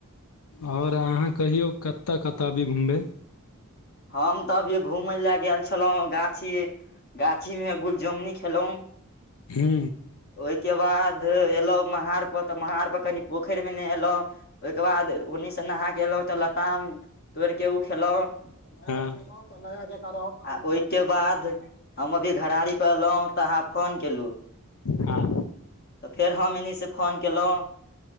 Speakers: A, on the left (about 70°); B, on the left (about 45°).
A: आओर अहाँ कहियौ कतऽ कतऽ अभी घुमबै?
B: हम तऽ अभी घूमय लए गेल छलहुँ गाछी, गाछी में गुलजमनी खेलहुॅं।
A: हू।
B: ओहिके बाद एलहुं महार पर तऽ महार पर कनि पोखरि मे नेहेलहुं, ओहिके बाद ओन्नी से नहा के एलहुँ तऽ लताम तोड़ि के ओ खेलहुँ। नया
A: हँ
B: जुड़लहु तऽ नया जकां रहब, ओहिके बाद हम अभी घरारी उतरलौं त अहां फ़ोन केलू
A: हँ
B: त फेर हम एनी से फोन केलहुं